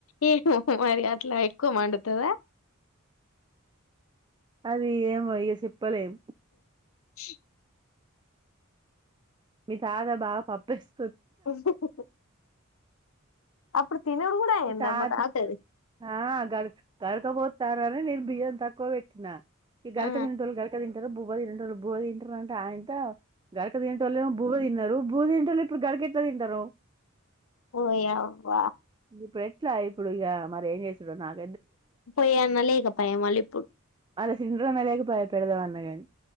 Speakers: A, on the left; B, on the right.
A: ఏమో మరి అట్లా ఎక్కువ మండుతదా
B: అది ఏం యేసిప్పలేం
A: చెి
B: మీ తాత బాగ పప్పేస్
A: <unintelligible> అప్పుడు తినుడు కూడా అయిందా
B: ఇ తాత్
A: మా తాతది
B: ఆ గడు గడుక బో తారనే నేను బియ్యం తక్కువ పెట్టినా ఈ గడక
A: ఆ
B: తినేటోళ్ళు గడక తంటారు బువ్వ తినేటోళ్ళు బువ్వ తిన్ ట్ర్ అంటే ఆయనతో గడక తింటోళ్ళేమో బువ్వ తిన్నారు బువ్వ తినేటోళ్ళు ఇప్పుడు గడకెట్ల తింటారు
A: ఓయ్ అవ్వ
B: ఇప్పుడు ఎట్లా ఇప్పుడు ఇగ మరి ఏం చేస్తదో నాకు
A: పోయి అన్న లేకపోయా మల్లి ఇప్పుడు
B: వాళ్ల సిండ్రు అన్న లేకపోయ పెడదామన్నా గాని